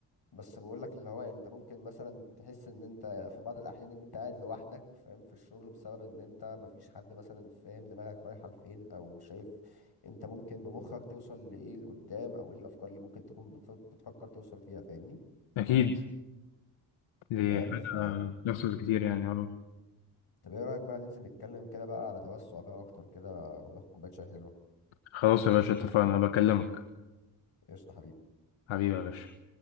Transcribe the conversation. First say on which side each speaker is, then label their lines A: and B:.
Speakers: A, on the left (about 55°); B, on the left (about 75°).
A: بس بقول لك اللي هو يعني انت ممكن مثلا تحس ان انت في بعض الاحيان ان انت قاعد لوحدك فاهم في الشغل بسبب ان انت مفيش حد مثلا فاهم دماغك رايحه لفين او شايف انت ممكن بمخك توصل لايه لقدام او ايه الافكار اللي ممكن تكون بتف- بتفكر توصل فيها فاهمني
B: أكيد دي
A: فاهم
B: حاجة
A: ف
B: بتحصل كتير يعني آه.
A: طب ايه رايك بقى ننزل نتكلم كده بقى على توسع بقى اكتر كده وناخد كوبايه شاي حلوه
B: خلاص يا باشا اتفقنا بكلمك
A: قشطه حبيبي
B: حبيبي يا باشا